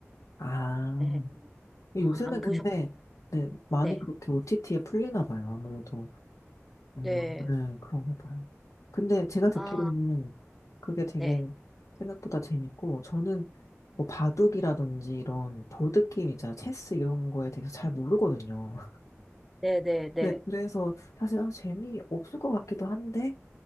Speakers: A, on the left; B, in the centre.
A: 아,
B: 네.
A: 요새는
B: 아, 안
A: 근데,
B: 보셨,
A: 네, 많이
B: 네.
A: 그렇게 OTT에 풀리나 봐요, 아무래도. 음,
B: 네.
A: 네, 그런가 봐요. 근데 제가 듣기로는
B: 아,
A: 그게 되게
B: 네.
A: 생각보다 재밌고, 저는 뭐 바둑이라든지 이런 보드게임 있잖아요. 체스 이런 거에 대해서 잘 모르거든요. <laughs>
B: 네네네.
A: 네, 그래서 사실 아, 재미없을 것 같기도 한데,